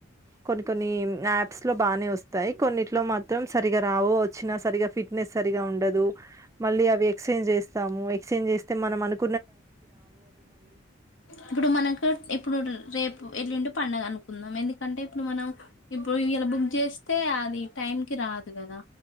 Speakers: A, on the right; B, on the left.
A: కొన్ని కొన్ని యాప్స్ లో బానే వస్తాయి కొన్నిట్లో మాత్రం సరిగా రావు వచ్చిన సరిగా ఫిట్ లే సరిగా ఉండదు మళ్ళీ అవి ఎక్సేంజ్ చేస్తాము ఎక్స్చేంజ్ చేస్తే మనం అను
B: ఇప్పుడు మనకు ఇప్పుడు రేపు ఎల్లుండి పండగ అను కుందం ఎందుకంటే ఇప్పుడు మనం ఇప్పుడు ఇయ్యాల బుక్ చేస్తే అది టైం కి రాదు కదా